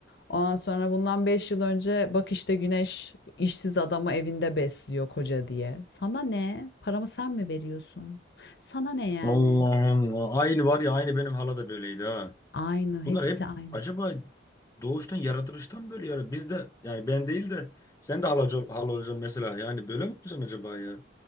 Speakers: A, on the left; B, on the left.
A: Ondan sonra bundan 5 yıl önce bak işte Güneş işsiz adamı evinde besliyor koca diye. Sana ne? Paramı sen mi veriyorsun? Sana ne yani?
B: Allah Allah. Aynı var ya aynı benim hala da böyleydi ha.
A: Aynı, hepsi
B: Bunlar hep
A: aynı.
B: acaba doğuştan yaratılıştan böyle ya. Biz de yani ben değil de sen de halacı, ol- hala olacaksın mesela. Yani böyle mi olacaksın acaba ya?